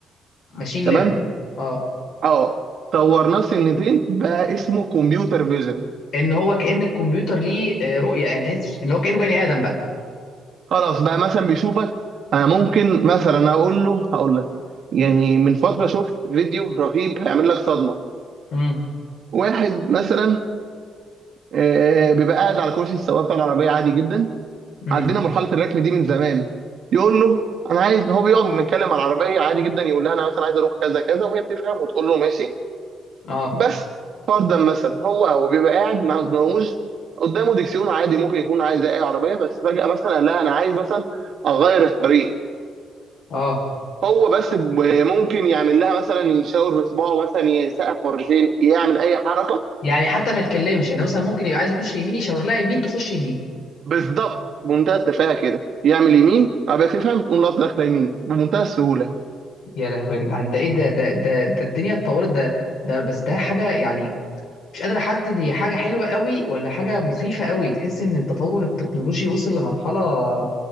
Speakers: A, on the left; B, on the right.
A: ماشين
B: تمام
A: ليرنينج اه
B: اه طورناه سنتين بقى اسمه كمبيوتر فيجن
A: ان هو كأن الكمبيوتر ليه آه، رؤية يعني تحس ان هو كأنه بني آدم بقى
B: خلاص بقى مثلا بيشوفك انا ممكن مثلا اقول له هقول لك يعني من فتره شفت فيديو رهيب هيعمل لك صدمه
A: امم
B: واحد مثلا آه، بيبقى قاعد على كرسي السواق بتاع العربيه عادي جدا
A: امم
B: عدينا مرحله الركن دي من زمان يقول له انا عايز هو بيقعد بنتكلم على العربيه عادي جدا يقول لها انا مثلا عايز اروح كذا كذا وهي بتفهم وتقول له ماشي
A: اه
B: بس فرضا مثلا هو هو بيبقى قاعد ما قداموش قدامه دكسيون عادي ممكن يكون عايز زي اي عربيه بس فجاه مثلا قال لها انا عايز مثلا اغير الطريق
A: اه
B: هو بس ب- ممكن يعمل لها مثلا يشاور بصباعه مثلا يسقف مرتين يعمل اي حركه
A: يعني حتى ما يتكلمش يعني مثلا ممكن يبقى عايز يخش يمين يشاور لها يمين تخش يمين
B: بالظبط بمنتهى التفاهه كده يعمل يمين ابقى تفهم تقوم لقطه داخله يمين بمنتهى السهوله
A: يا لهوي يا جدعان ده ايه ده ده ده ده الدنيا اتطورت ده ده بس ده حاجة يعني مش قادر احدد هي حاجة حلوة قوي ولا حاجة مخيفة قوي تحس ان التطور التكنولوجي وصل لمرحلة